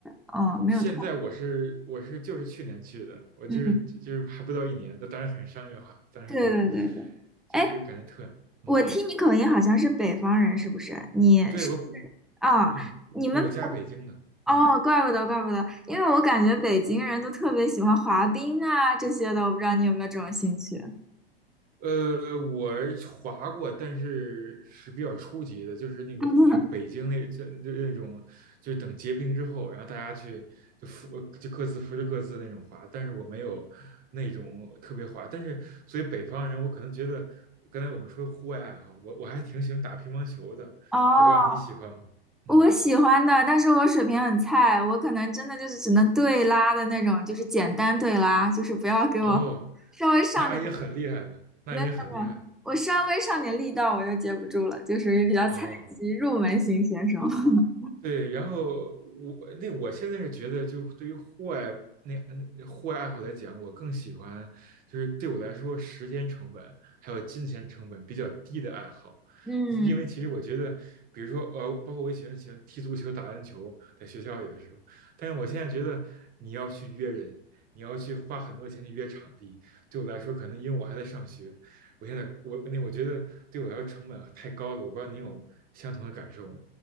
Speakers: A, in the centre; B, on the right.
A: 嗯，没有特，
B: 现在我是我是就是去年去的，我就是就是还不到一年，
A: 嗯，
B: 那当然很商业化，当时就
A: 对对对对。
B: 就就感觉特嗯，
A: 哎，我听你口音好像是北方人，是不是？你是
B: 对我
A: 啊，
B: 嗯，
A: 你们
B: 那我家北京的，
A: 哦，
B: 嗯
A: 怪不得怪不得，因为我感觉北京人都特别喜欢滑冰啊这些的，我不知道你有没有这种兴趣。
B: 呃，我滑过，但是是比较初级的，就是那个那个北京那就就那种，
A: <laughs>
B: 就是等结冰之后，然后大家去就扶就各自扶着各自那种滑，但是我没有那种特别滑，但是所以北方人我可能觉得，刚才我们说户外爱好，我我还挺喜欢打乒乓球的，
A: 哦，
B: 我不知道你喜欢吗？嗯，
A: 我喜欢的，但是我水平很菜，我可能真的就是只能对拉的那种，就是简单对拉，就是不要给我
B: 哦，
A: 稍微上点
B: 那也很厉害了，那也很厉害了，
A: 那个，我稍微上点力道我就接不住了，就属于比较菜鸡入门型选手。
B: 哦。
A: <laughs>
B: 对，然后我那我现在是觉得，就对于户外那那户外爱好来讲，我更喜欢就是对我来说，时间成本还有金钱成本比较低的爱好，
A: 嗯，
B: 因因为其实我觉得，比如说呃，包括我也喜欢喜欢踢足球、打篮球，在学校里的时候，但是我现在觉得你要去约人，你要去花很多钱去约场地，对我来说，可能因为我还在上学，我现在我那我觉得对我来说成本啊太高了，我不知道你有相同的感受吗？